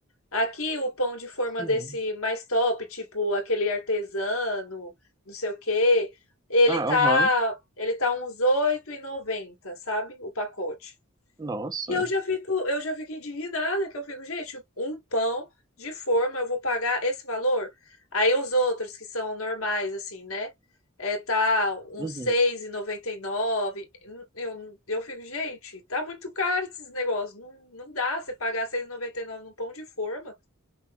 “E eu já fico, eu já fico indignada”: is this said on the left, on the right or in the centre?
Left